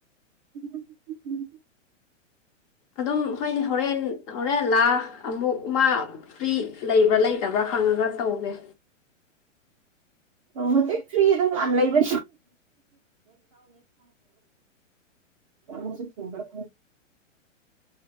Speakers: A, on the right; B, on the left.
A: ꯎ ꯎꯝ
B: ꯑꯗꯨꯝ ꯑꯩꯈꯣꯏꯅꯤ ꯍꯣꯔꯦꯟ ꯍꯣꯔꯦꯟ ꯂꯥ ꯑꯃꯨꯛ ꯃꯥ ꯐ꯭ꯔꯤ ꯂꯩꯕ꯭ꯔꯥ ꯂꯩꯇꯕ꯭ꯔꯥ ꯈꯪꯉꯒ ꯇꯧꯒꯦ
A: ꯑꯣ ꯍꯧꯖꯤꯛ ꯐ꯭ꯔꯤ ꯑꯗꯨꯝ ꯌꯥꯝ ꯂꯩꯕ ꯌꯥꯝꯁ ꯊꯕꯔ